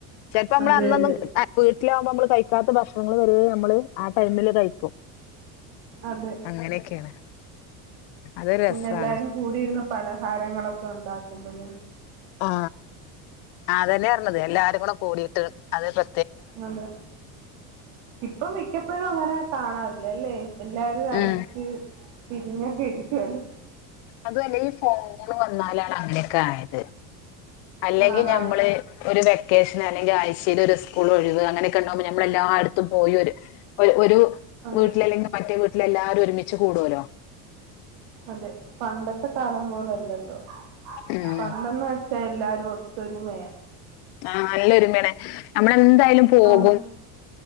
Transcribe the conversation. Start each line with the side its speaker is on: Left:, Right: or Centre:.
Left: പെൻപ്പ മ്മള്
Right: അതെ
Left: അന്നൊന്നും
Right: അതെ
Left: വീട്ടിലാവുമ്പ നമ്മള് കഴി ക്കാത്ത ഭക്ഷണങ്ങള വരെ നമ്മള് ആ ടൈമില് കഴിക്കും
Right: അതെ
Left: അങ്ങനെയൊക്കെയാണ് അതൊരു
Right: പിന്നെ
Left: രസാണ്.
Right: എല്ലാരും കൂടിയിരുന്ന് പല ഹാരങ്ങളൊക്കെ ഉണ്ടാക്കുന്നത്
Left: ആ അതെന്നെ അർനത് എല്ലാരും <unintelligible> കൂടി ട്ട് അതേ ഡ്ര
Right: അതെ ഇപ്പം മിക്കപ്പഴും അങ്ങനെ കാണാറില്ലല്ലേ എല്ലാരും അടിച്ച്
Left: ഉം
Right: പിരിഞ്ഞൊക്കെ ഇരിക്കുവല്ലേ
Left: അതു അല്ല ഈ വന്നാലാണ് അങ്ങനൊക്കെ ആ യത് അല്ലെങ്കിൽ
Right: ആണാണ്
Left: ഞമ്മള് ഒരു വെക്കേഷൻ അല്ലെങ്കിൽ ആഴ് ചീല് ഒരു സ്കൂൾ ഒഴിവ് അങ്ങനെയൊക്കെ ഉണ്ടാവുമ്പോ നമ്മൾ എല്ലായിടത്തും പോയി ഒരു ഒരു
Right: അതെ
Left: വീട്ടില് അല്ലെങ്കിൽ മറ്റേ വീ ട്ടിലെല്ലാരും ഒരുമിച്ച് കൂടൂലോ
Right: അതെ പണ്ടത്തെ കാലം പോലല്ല ഇ പ്പൊ
Left: ഉം
Right: പണ്ടെന്ന് വെച് പക്ഷെ എല്ലാരും ഒത്തൊരുമയ
Left: ആ നല്ലൊരുമേണ് നമ്മള് എന്തായാലും പോകും
Right: ആണ്